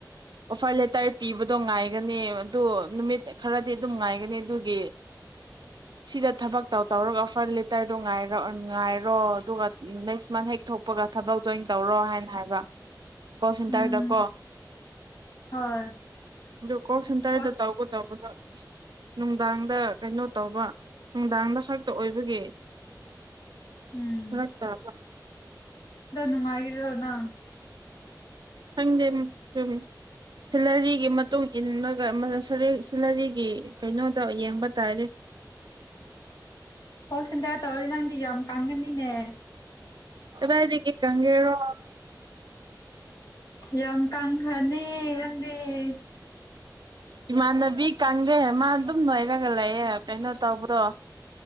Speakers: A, on the right (about 70°); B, on the left (about 60°).
A: ꯑꯣꯐꯔ ꯂꯦꯇꯔ ꯄꯤꯕꯗꯣ ꯉꯥꯏꯒꯅꯤ ꯑꯗꯨ ꯅꯨꯃꯤꯠ ꯈꯔꯗꯤ ꯑꯗꯨꯝ ꯉꯥꯏꯒꯅꯤ ꯊꯔꯒꯔꯦꯇꯔꯔꯣ ꯑꯗꯨꯒ ꯅꯦꯛꯁ ꯃꯟ ꯍꯦꯛꯄꯒ ꯊꯕꯛ ꯖꯣꯏꯟ ꯇꯧꯔꯣ ꯍꯥꯏꯅ ꯍꯥꯏꯕ ꯀꯣꯜ ꯁꯦꯟꯇꯔꯗꯀꯣ
B: ꯎꯝ ꯍꯣꯏ
A: ꯑꯗꯨ ꯀꯣꯜ
B: ꯑꯁ
A: ꯁꯦꯟꯇꯔꯗ
B: ꯀꯣ
A: ꯇꯧꯒ ꯇꯧꯕꯗꯣ ꯑꯁ ꯅꯨꯡꯗꯥꯡꯗ ꯀꯩꯅꯣ ꯇꯧꯕ ꯅꯨꯡꯗꯥꯡꯗ ꯈꯛꯇ ꯑꯣꯏꯕꯒꯤ
B: ꯎꯝ
A: ꯐꯔꯛ ꯇꯥꯕ
B: ꯑ ꯅꯨꯡꯉꯥꯏꯈꯔꯣ ꯅꯪ
A: ꯈꯪꯗꯦ ꯎ ꯁꯤꯂꯔꯤꯒꯤ ꯃꯇꯨꯡ ꯏꯜꯂꯒꯦꯡ ꯁꯤꯂꯔꯤꯒꯤ ꯀꯩꯅꯣꯗ ꯌꯦꯡꯕ ꯇꯥꯔꯦ
B: ꯍꯣꯛ ꯁꯦꯟꯇꯔ ꯇꯧꯔꯗꯤ ꯅꯪꯗꯤ ꯌꯥꯝ ꯀꯥꯡꯒꯅꯤꯅꯦ
A: ꯀꯗꯥꯏꯗꯒꯤ ꯀꯪꯒꯦꯔꯣ
B: ꯌꯝ ꯀꯪꯈꯅꯤ <unintelligible> ꯁꯤꯛꯁ
A: ꯏꯃꯥꯟꯅꯕꯤ ꯀꯥꯡꯗꯦ ꯃꯥ ꯑꯗꯨꯝ ꯅꯣꯏꯔꯒ ꯂꯩꯌꯦ ꯀꯩꯅꯣ ꯇꯧꯕꯗꯣ